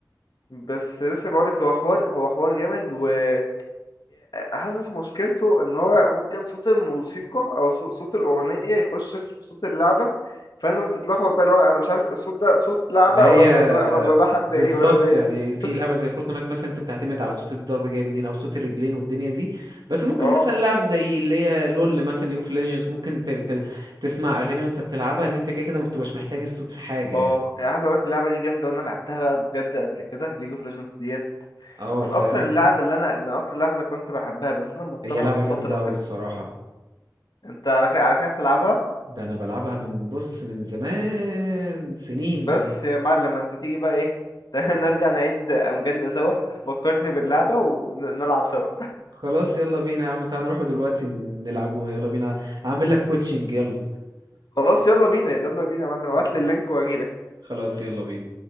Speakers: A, on the left; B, on the right.
A: بس لسه بقولك هو حوار هو حوار جامد وهي حاسس مشكلته ان هو ممكن صوت الموسيقى او صو- صوت الاغنيه يخش في صوت اللعبه فانت تتلخبط بقى اللي هو انا مش عارف الصوت ده صوت لعبه
B: ما هي
A: ولا ده ولا ده حد
B: بالظبط
A: ايه ولا ده ايه
B: يعني
A: ده <laughs>
B: في لعبة زي فورتنايت مثلا انت بتعتمد على صوت الضرب جاي منين او صوت الرجلين والدنيا دي بس ممكن
A: اه
B: مثلا لعب زي اللي هي لول مثلا ليج اوف ليجندز ممكن ت... تل- تسمع أغاني وانت بتلعبها ان انت كده كده ما بتبقاش محتاج الصوت في حاجة
A: اه
B: يعني
A: يعني عايز اقولك اللعبه دي جامده وانا لعبتها بقى بجد قبل كده ليج اوف ليجندز ديت
B: اه
A: من
B: فاهم
A: اكتر اللعب اللي انا من اكتر اللعب اللي كنت بحبها بس انا مبطلها
B: هي لعبة
A: من فتره
B: جامدة
A: وكده
B: أوي الصراحة
A: انت على كده على كده بتلعبها
B: ده انا بلعبها من بص من زمان سنين
A: بس يا معلم انت تيجي بقى ايه <laughs> تعالى نرجع نعيد امجادنا سوا فكرني باللعبة ونلعب سوا
B: خلاص يلا بينا يا عم تعال نروحوا دلوقتي نلعبوها يلا بينا اعمل لك كوتشنج يلا
A: خلاص يلا بينا يلا بينا يا معلم ابعت
B: <laughs>
A: لي اللينك واجيلك
B: خلاص يلا بينا